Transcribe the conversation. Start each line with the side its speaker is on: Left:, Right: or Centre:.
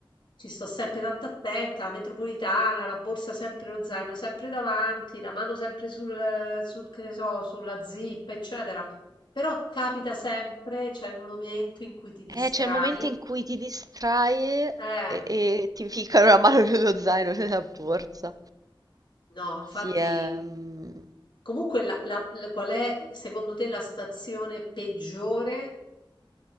Left: ci sto sempre tanto attenta, la metropolitana, la borsa sempre, lo zaino sempre davanti, la mano sempre sul, sul, che ne so, sulla zip, eccetera. Però capita sempre, c'è il momento in cui ti distrai.
Right: Eh, c'è il momento in cui ti distrai e,
Left: Eh,
Right: e ti ficcano la mano <laughs> nello zaino, nella borsa.
Left: no, infatti,
Right: Sì, ehm...
Left: comunque la- la- la- qual è secondo te la stazione peggiore